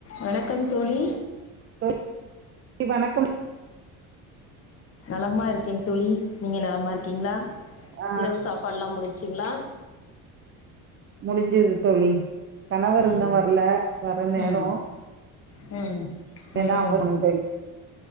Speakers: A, on the left; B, on the right.
A: வணக்கம் தோழி
B: தோழி வணக்கம்
A: நலமா இருக்கேன் தோழி நீங்க நலமா இருக்கீங்ளா
B: ஆ
A: இரவு சாப்பாடுல்லா முடிஞ்சிங்களா
B: முடிஞ்சிது தோழி கணவர் இன்னு
A: ம்
B: வர்ல வர நேரோ
A: ம் ம்
B: எந்த
A: ம்
B: ஆஃப் பண்ணனும் தோழி